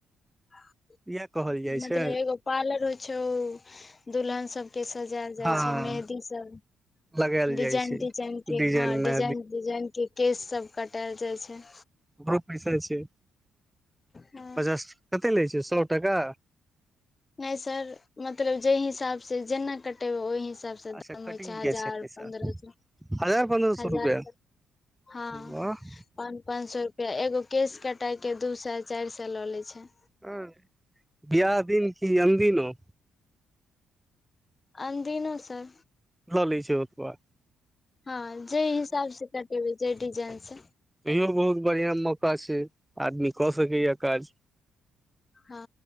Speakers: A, on the left; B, in the centre.
A: ह
B: इएह कहल जाइ
A: <inaudible> मतलब
B: छै
A: एगो पार्लर होइ छै ओ दुलहन सबके सजायल जाइ
B: हँ
A: छै मेह सब
B: लगायल जाइ
A: डिजाइन
B: छै
A: डिजाइन के
B: डिजाइन
A: हँ
B: मे
A: डिजाइन डिजाइन के केश सब कटायल जाइत छै
B: ओकरो पैसा छै
A: हँ
B: पचास कत्ते लै छै सौ टका
A: नहि सर मतलब जेहि हिसाबसँ जेना कटेबै ओहि हिसाबसँ दाम
B: अच्छा कटिंग
A: होइ छै हजार
B: के पैसा
A: पन्द्रह सौ
B: हजार पन्द्रह सौ
A: हजार
B: रुपआ
A: पन् हँ
B: वाह
A: पाँच पाँच सौ रुपया एगो केश कटैके दू सए चारि सए लऽ लै छै
B: हूँ बियाह दिन की अनदिनो
A: अनदिनो सर
B: लऽ लै छै ओतबे
A: हँ जे हिसाब से कटेबै जै डिजाइन सँ
B: इहो बहुत बढ़ियां मौका छै आदमी कऽ सकैए काज
A: हँ